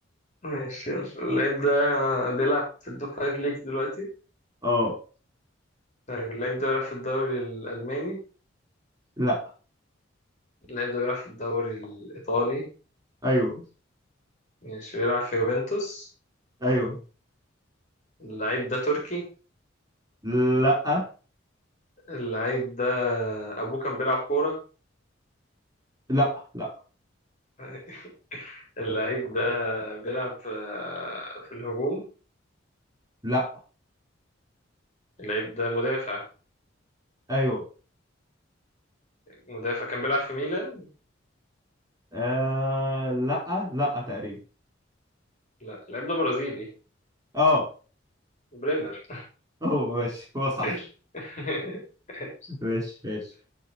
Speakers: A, on the left (about 40°); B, on the right (about 20°).
A: ماشي يلا اللعيب ده بيلعب في التوب فايف ليجز دلوقتي
B: اه
A: طيب اللعيب ده بيلعب في الدوري الألماني
B: لا
A: اللعيب ده بيلعب في الدوري الإيطالي
B: ايوه
A: ماشي بيلعب في يوفنتوس
B: ايوه
A: اللعيب ده تركي
B: لا
A: اللعيب ده أبوه كان بيلعب كورة
B: لا لا
A: <laughs> اللعيب ده بيلعب في في الهجوم
B: لا
A: اللعيب ده مدافع
B: ايوه
A: مدافع كان بيلعب في ميلان
B: آه لا لا تقريبا
A: لا اللاعب ده برازيلي
B: اه
A: بريمر
B: هو ماشي هو صح
A: <laughs>
B: ماشي ماشي